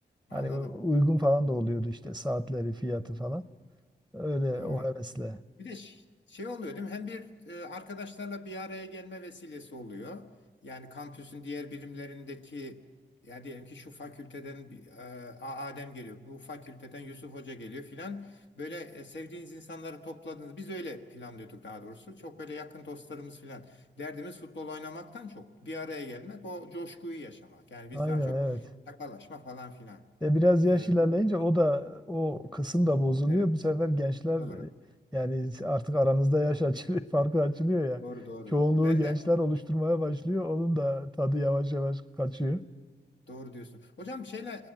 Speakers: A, on the left; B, in the centre.
A: anladım.
B: Hani u- uygun falan da oluyordu işte saatleri fiyatı falan. Öyle
A: Doğru.
B: o hevesle.
A: Bir de ş- şey oluyor değil mi? Hem bir e, arkadaşlarla bir araya gelme vesilesi oluyor. Yani kampüsün diğer birimlerindeki ya diyelim ki şu fakülteden bir, e, A- Adem geliyor. Bu fakülteden Yusuf Hoca geliyor filan. Böyle e, sevdiğiniz insanları topladınız. Biz öyle planlıyorduk daha doğrusu. Çok böyle yakın dostlarımız filan. Derdimiz futbol oynamaktan çok. Bir araya gelmek, o coşkuyu yaşamak. Yani biz
B: Aynen
A: daha çok
B: evet.
A: şakalaşma falan filan.
B: E biraz yaş
A: E,
B: ilerleyince
A: bu
B: o da o kısım da bozuluyor.
A: evet
B: Bu sefer gençler
A: doğru.
B: e, yani artık aranızda yaş açılıyor, <laughs> farkı açılıyor ya.
A: Doğru doğru.
B: Çoğunluğu
A: Ben
B: gençler
A: de
B: oluşturmaya başlıyor. Onun da tadı yavaş yavaş kaçıyor.
A: Doğru diyorsun. Hocam şeyle